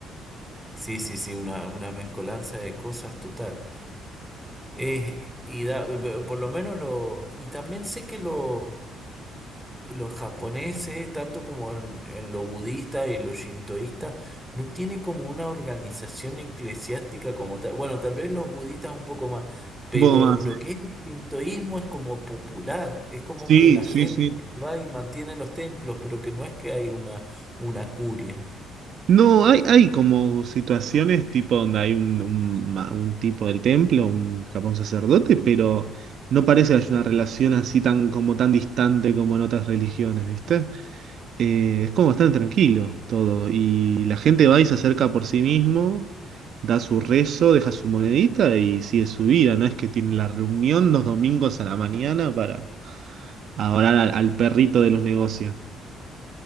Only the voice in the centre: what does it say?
Sí, sí, sí, una, una mezcolanza de cosas total. Eh, y da, por lo menos lo, y también sé que lo Y Los japoneses, tanto como en, en lo budista y lo shintoísta, no tiene como una organización eclesiástica como tal. Bueno, tal vez los budistas un poco más, pero
lo
que es el shintoísmo es como popular, es como
que la gente
va y mantiene los templos, pero que no es que hay una, una curia.